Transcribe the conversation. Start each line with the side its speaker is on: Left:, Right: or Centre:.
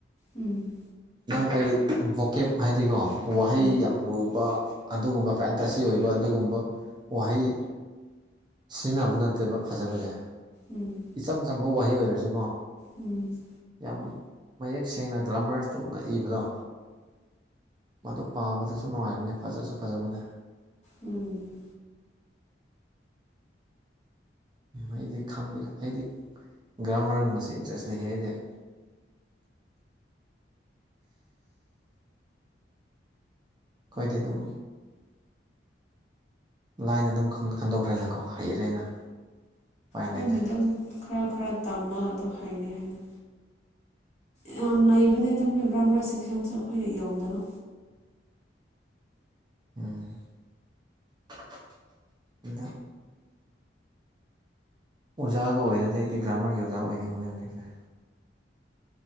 Left: ꯎꯝ
Right: ꯅꯪ ꯑꯩ ꯕꯣꯀꯦꯞ ꯍꯥꯏꯗꯤꯀꯣ ꯋꯥꯍꯩ
Left: ꯎꯝ
Right: ꯌꯥꯝ ꯂꯨꯕ ꯑꯗꯨꯒꯨꯝꯕ ꯐꯦꯟꯇꯥꯁꯤ ꯑꯣꯏꯕ ꯑꯗꯨꯒꯨꯝꯕ ꯋꯥꯍꯩ ꯁꯤꯟꯅꯕ ꯅꯠꯇꯦꯕ ꯐꯖꯕꯖꯦ
Left: ꯎꯝ
Right: ꯏꯆꯝ ꯆꯝꯕ ꯋꯥꯍꯩ ꯑꯣꯏꯔꯁꯨꯀꯣ
Left: ꯎꯝ
Right: ꯌꯥꯝ ꯃꯌꯦꯛ ꯁꯦꯡꯅ ꯒ꯭ꯔꯥꯝꯃꯔ ꯆꯨꯝꯅ ꯏꯕꯗꯣ ꯃꯗꯣ ꯄꯥꯕꯗꯁꯨ ꯅꯨꯡꯉꯥꯏꯕꯅꯦ ꯐꯖꯁꯨ ꯐꯖꯕꯅꯦ
Left: ꯎꯝ
Right: ꯎꯝ ꯑꯩꯗꯤ ꯈꯪꯗꯦ ꯑꯩꯗꯤ ꯒ꯭ꯔꯥꯃꯔꯒꯨꯝꯕꯁꯦ ꯏꯟꯇ꯭ꯔꯦꯁ ꯂꯩꯌꯦ ꯑꯩꯗꯤ ꯈꯣꯏꯗꯤ ꯗꯨꯝ ꯂꯥꯏꯅ ꯑꯗꯨꯝ ꯈꯪ ꯈꯟꯗꯣꯛꯈ꯭ꯔꯦꯅꯀꯣ ꯍꯩꯔꯦꯅ ꯎꯄꯥꯏ
Left: ꯍꯣꯏꯅꯦ
Right: ꯂꯩꯇꯦ
Left: ꯗꯨꯝ ꯈꯔ ꯈꯔ ꯇꯝꯃꯒ ꯑꯗꯨ ꯍꯩꯔꯦ ꯍꯥꯏꯅ ꯌꯥꯝ ꯂꯩꯕꯌꯦꯗ ꯃꯨ ꯒ꯭ꯔꯥꯃꯔ ꯁꯦꯛꯁꯟꯁꯨ ꯑꯩꯈꯣꯏꯅ ꯌꯧꯗꯕ
Right: ꯎꯝ <unintelligible> ꯑꯣꯖꯥꯒ ꯑꯣꯏꯔꯗꯤ ꯍꯥꯏꯗꯤ ꯒ꯭ꯔꯥꯃꯔꯒꯤ ꯑꯣꯖꯥ ꯑꯣꯏꯅꯤꯡꯕꯅꯦ ꯍꯧꯖꯤꯛꯁꯦ